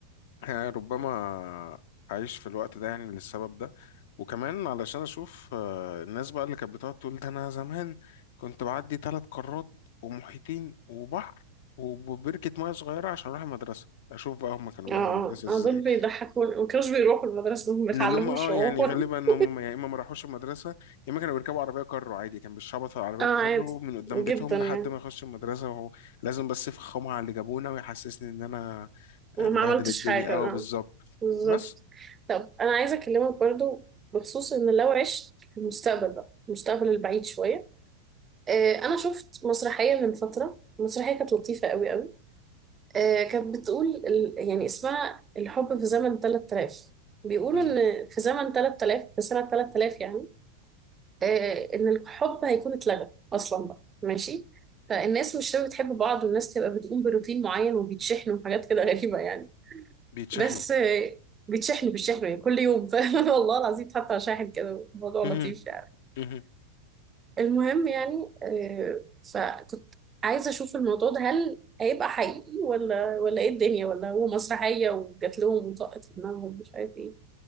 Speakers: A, on the left (about 55°); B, on the right (about 20°).
A: يعني ربما اعيش في الوقت ده يعني للسبب ده وكمان علشان اشوف آه، الناس بقى اللي كانت بتقعد تقول ده انا زمان كنت بعدي ثلاث قارات ومحيطين وبحر وبركة مياه صغيرة عشان أروح المدرسة أشوف بقى هما كانوا
B: اه
A: بيروحوا
B: اه
A: المدرسة إزاي
B: آه، دول بيضحكون ما كانوش بيروحوا المدرسه ما
A: لان
B: بيتعلموش
A: هم اه
B: عموما
A: يعني غالبا
B: <laughs>
A: ان هم يا اما ما راحوش المدرسه يا اما كانوا بيركبوا عربيه كارو عادي كان بيشخبطوا على عربيه
B: اه عادي
A: كارو من قدام بيتهم
B: جدا
A: لحد
B: يعني
A: ما يخش المدرسه وهو لازم بس يفخمها على اللي جابونا ويحسسني ان انا آه،
B: أنا
A: مبهدل
B: ما عملتش
A: الدنيا
B: حاجة
A: اه
B: اه
A: بالظبط
B: بالظبط
A: بس
B: طب أنا عايزة أكلمك برضو بخصوص إن لو عشت في المستقبل بقى المستقبل البعيد شوية آه، انا شفت مسرحيه من فتره المسرحيه كانت لطيفه قوي قوي آه، كانت بتقول ال- يعني اسمها الحب في زمن 3000 بيقولوا
A: مم.
B: ان في زمن 3000 في سنه 3000 يعني آه، ان الحب هيكون اتلغى اصلا بقى ماشي فالناس مش هتبقى بتحب بعض والناس تبقى بتقوم بروتين معين وبيتشحنوا وحاجات كده غريبه يعني
A: بيتشحنوا
B: بس آه، بيتشحنوا بيتشحنوا يعني كل يوم <laughs> والله العظيم حتى شاحن كده الموضوع
A: مهم.
B: لطيف يعني
A: مهم.
B: المهم يعني آه، فكنت عايزة أشوف الموضوع ده هل هيبقى حقيقي ولا ولا إيه الدنيا ولا هو مسرحية وجات لهم وطقت في دماغهم مش عارف إيه